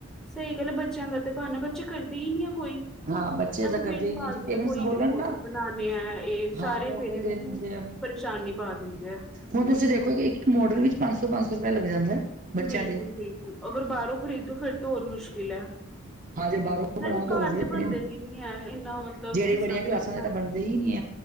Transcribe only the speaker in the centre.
ਸਹੀ ਗੱਲ ਆ, ਬੱਚਿਆਂ ਦਾ ਤੇ ਬਾਨਾ ਬੱਚੇ ਕਰਦੇ ਹੀ ਨਈ ਹੈ ਕੋਈ।
ਐਵੇਂ
ਬੇ
ਫਾਲਤੂ
ਕੋਈ
ਨਈ ਮੋਡਲ
ਬਣਾਣੇ ਆ, ਇਹ ਸਾਰੇ
ਪੇਰੈਂਟਸ
ਨੂੰ
ਪਰੇਸ਼ਾਨੀ ਪਾ ਦਿੰਦੇ ਆ
ਬਿਲਕੁਲ-ਬਿਲਕੁਲ
ਅਗਰ ਬਾਹਰੋਂ ਖਰੀਦੋ ਤੇ ਫੇਰ ਹੋਰ ਮੁਸ਼ਕਿਲ ਐ
ਨਾਲੇ
ਘਰ
ਤੇ
ਬਣਦੇ ਵੀ ਨਈ ਹੈ, ਇੰਨਾ ਮਤਲਬ
ਕਿਸ
ਤਰ੍ਹਾਂ
ਕੋਈ ਬਣਾਏ